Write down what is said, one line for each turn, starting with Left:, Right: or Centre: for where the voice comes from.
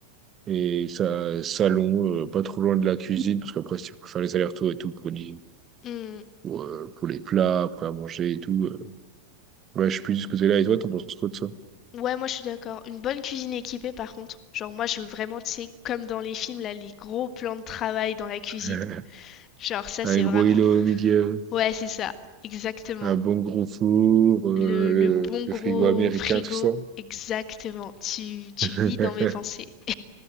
Right: Et ça, salon, euh, pas trop loin de la cuisine, parce qu'après, si tu peux faire les allers-retours et tout pour, les-
Left: Hmm,
Right: pour, euh, pour les plats, après à manger et tout. euh. Ouais, je suis plus de ce que là. Et toi, t'en penses quoi de ça?
Left: Ouais, moi je suis d'accord. Une bonne cuisine équipée par contre. Genre moi je veux vraiment, tu sais, comme dans les films, là, les gros plans de travail dans la cuisine.
Right: <laughs>
Left: Genre ça
Right: Un
Left: c'est
Right: gros
Left: vraiment...
Right: îlot au milieu,
Left: Ouais, c'est ça, exactement.
Right: un bon gros four, euh,
Left: Le,
Right: le,
Left: le bon
Right: le
Left: gros
Right: frigo américain,
Left: frigo,
Right: tout ça.
Left: exactement. Tu, tu
Right: <laughs>
Left: lis dans mes pensées.